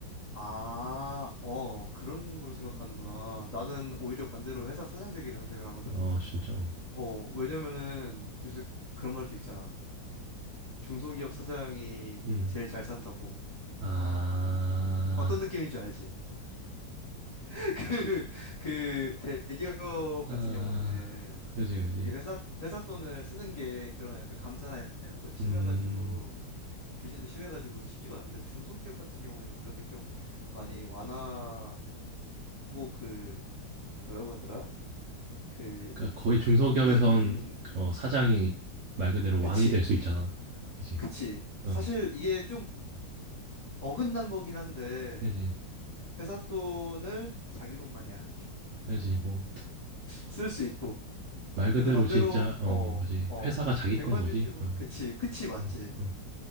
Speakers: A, on the left; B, on the right.
A: 아, 어, 그런 거로 생각하는구나. 나는 오히려 반대로 회사 사장 되기를 선택을 하거든.
B: 어 진짜.
A: 어, 왜냐면은 요새 그런 말도 있잖아. 중소기업 사장이
B: 음.
A: 제일 잘 산다고.
B: 아.
A: 어떤 느낌인 줄 알지? <laughs> 그, 그 대기업
B: 아.
A: 같은 경우에는
B: 그지 그지.
A: 이게 회사 회사 돈을 쓰는 게 그런 약간 감사나 이런 것도 심해가지고
B: 음.
A: 규제도 심해가지고 그게 쉽지가 않은데 중소기업 같은 경우에는 그런 게 좀 많이 완화하고 그 뭐라고 하더라? 그
B: 그러니까 거의 중소기업에선
A: 넘는
B: 어, 사장이 말 그대로
A: 그치
B: 왕이 될 수 있잖아. 그지?
A: 그치
B: 어.
A: 사실 이게 좀 어긋난 거긴 한데
B: 그지.
A: 회사 돈을 자기 돈 마냥
B: 그지. 뭐
A: 쓸 수 있고
B: 말 그대로
A: 근데 반대로
B: 진짜 어
A: 어
B: 그지.
A: 어
B: 회사가 자기
A: 백만
B: 건 거지.
A: 유튜브
B: 어.
A: 그치 그치 맞지
B: 어. 어.